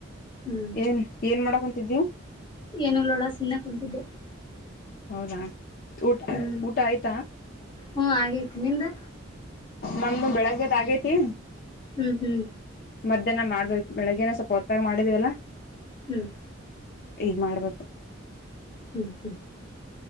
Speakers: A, on the left; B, on the left.
A: ಹ್ಞೂ
B: ಏನ್ ಏನ್ ಮಾಡಕೊಂತಿದೀವು
A: ಏನು ನೋಡ ಸುಮ್ಮನೆ ಕುಂತಿದ್ದೆ
B: ಹೌದಾ ಊಟ
A: ಹ್ಞೂ
B: ಊಟ ಆಯ್ತಾ
A: ಹ್ಞೂ ಆಗೈತಿ ನಿಂದು
B: ನಮ್ದು ಬೆಳಗ್ಗೆದ ಆಗೇತಿ
A: ಹ್ಮ್ ಹ್ಮ್
B: ಮಧ್ಯಾಹ್ನ ಮಾಡ್ಬೇಕು ಬೆಳಿಗ್ಗೆನ ಸ್ವಲ್ಪ ಹೊತ್ತಾಗಿ ಮಾಡಿದೀವಲ್ಲ
A: ಹ್ಮ್
B: ಈಗ್ ಮಾಡ್ಬೇಕು
A: ಹ್ಮ್ ಹ್ಮ್